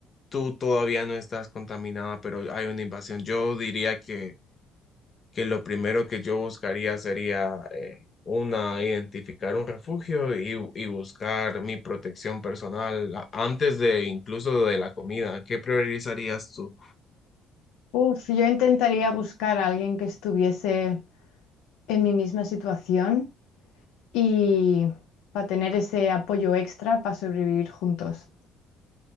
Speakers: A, on the left; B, on the left.
A: tú todavía no estás contaminada, pero hay una invasión? Yo diría que que lo primero que yo buscaría sería eh, una, identificar un refugio y, y buscar mi protección personal a- antes de incluso de la comida. ¿Qué priorizarías tú?
B: Uf, yo intentaría buscar a alguien que estuviese en mi misma situación y para tener ese apoyo extra para sobrevivir juntos.